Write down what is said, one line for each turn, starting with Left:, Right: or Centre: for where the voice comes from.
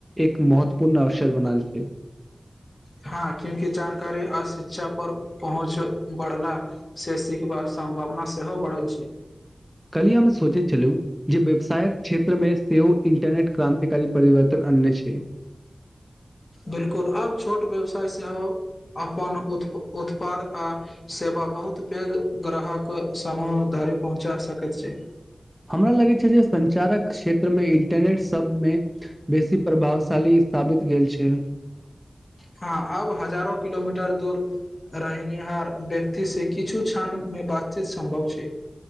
Centre: एक महत्वपूर्ण अवसर बनल छै।
Left: हाँ क्यूँकि जानकारी आ शिक्षा पर पहुँच बढ़ला से सिखबाक सम्भावना सेहो बढ़ल छै।
Centre: कलि हम्मे सोचे छलु जे व्यवसायक क्षेत्र मे सेहो इन्टरनेट क्रान्तिकारी परिवर्तन आननै छै।
Left: बिलकुल आब छोट व्यवसाय सेहो अपन उत उत्पाद आ सेवा बहुत पैघ ग्राहक समूह धरे पहुँचा सकैत छै।
Centre: हमरा लगै छै जे संचारक क्षेत्र मे इंटरनेट सब मे बेसी प्रभावशाली साबित गेल छैल।
Left: हाँ आब हजारो किलोमीटर दूर रहनिहार व्यक्ति से किछु क्षण मे बातचीत सम्भव छै।